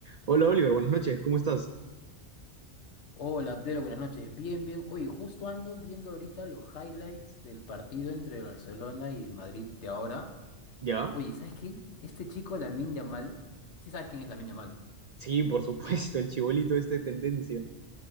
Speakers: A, on the right; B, on the left.
A: Hola Oliver, buenas noches, ¿cómo estás?
B: Hola, Abdelo, buenas noches. Bien, bien. Oye, justo ando viendo ahorita los highlights del partido entre el Barcelona y el Madrid de ahora.
A: ¿Ya?
B: Oye, ¿sabes qué? Este chico, Lamine Yamal, sí sabes quién es Lamine Yamal.
A: Sí, por supuesto, el chibolito este de tendencia.